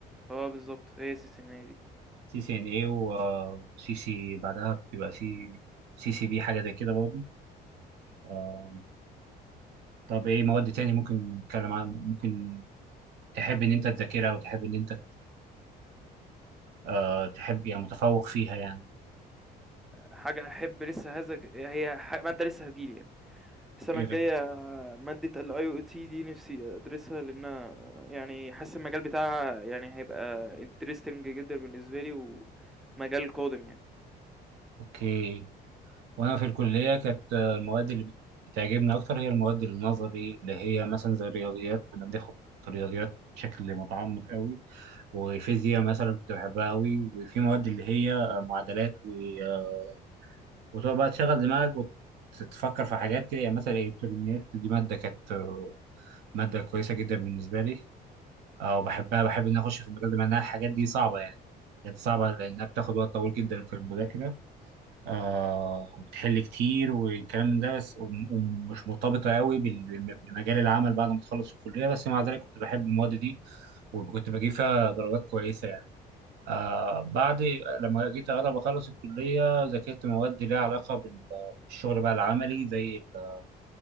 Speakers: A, in the centre; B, on the right (about 80°).
A: آه بالضبط، هي السيستمية دي.
B: سي سي ان اي وسي سي بعدها بتبقى سي سي سي بي حاجة زي كده برضه آم، طب ايه مواد تاني ممكن نتكلم عن ممكن تحب ان انت تذاكرها وتحب ان انت آه، تحب يعني متفوق فيها يعني
A: حاجة هاحب لسه هذا ك هي ح مادة لسه هتيجي لي يعني. السنة
B: ايه
A: الجاية
B: ده
A: مادة الIoT دي نفسي أدرسها لأنها يعني حاسس المجال بتاعها يعني هيبقى interesting جدًا بالنسبة لي ومجال قادم يعني.
B: اوكي وانا في الكليه كانت آه، المواد اللي بت- بتعجبني اكتر هي المواد النظري اللي هي مثلا زي الرياضيات كنا بناخد رياضيات بشكل متعمق قوي وفيزياء مثلا كنت بحبها قوي وفي مواد اللي هي آه، معادلات و... آه، وتقعد بقى تشغل دماغك وتتفكر في حاجات كده يعني مثلا الالكترونيات دي ماده كانت آه، ماده كويسه جدا بالنسبه لي آه، وبحبها بحب ان أنا اخش في المجال ده مع انها الحاجات دي صعبه يعني حاجات صعبه لانها بتاخد وقت طويل جدا في المذاكره آه وبتحل كتير والكلام ده بس وم- ومش مرتبطة قوي بال- بمجال العمل بعد ما تخلص الكلية بس مع ذلك كنت بحب المواد دي وكنت بجيب فيها درجات كويسة يعني آه بعد لما جيت أقرب أخلص الكلية ذاكرت مواد ليها علاقة بال- بالشغل بقى العملي زي ال-